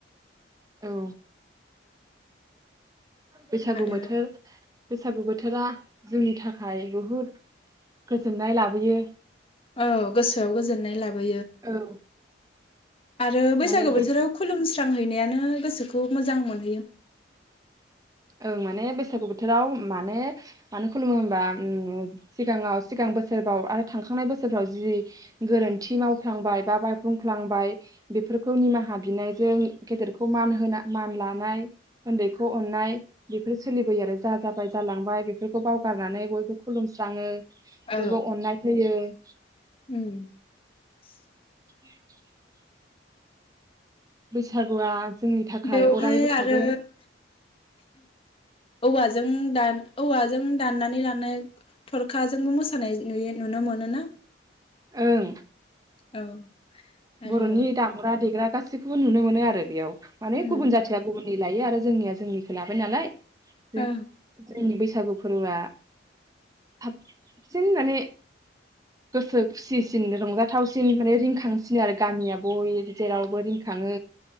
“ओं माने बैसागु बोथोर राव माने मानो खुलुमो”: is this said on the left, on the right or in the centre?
Right